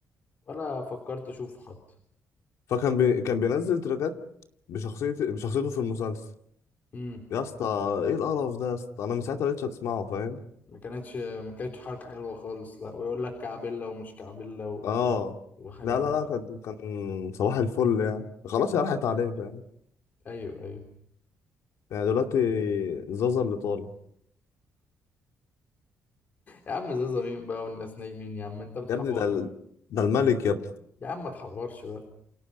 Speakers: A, on the left; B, on the left.
A: ولا فكرت اشوفه حتى
B: فكان بي... كان بينزل تراكات بشخصية بشخصيته في المسلسل
A: امم
B: يا اسطى ايه القرف ده يا اسطى انا من ساعتها مبقتش اسمعه فاهم
A: ما كانتش ما كانتش حركه حلوه خالص لا ويقول لك كعبله ومش كعبله و...
B: اه
A: وحاجات
B: لا لا لا كان كان صباح الفل يعني خلاص يا راحت عليه فاهم
A: ايوه ايوه
B: يعني دلوقتي زازا اللي طالع
A: يا عم زازا مين بقى والناس نايمين يا عم انت بتحور
B: يا ابني ده ال- ده الملك يا ابني
A: يا عم ما تحورش بقى